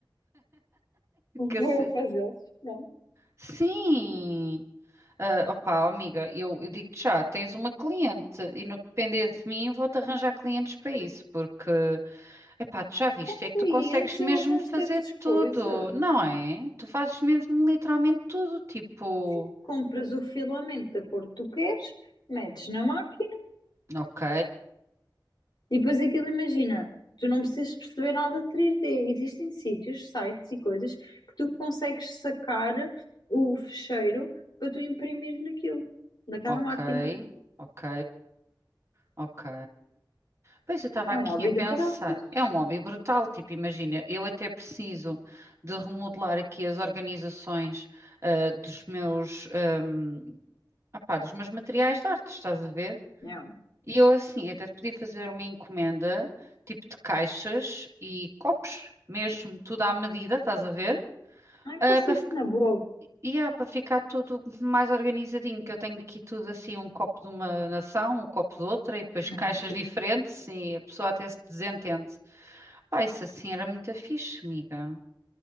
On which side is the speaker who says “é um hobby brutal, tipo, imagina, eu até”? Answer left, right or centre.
Right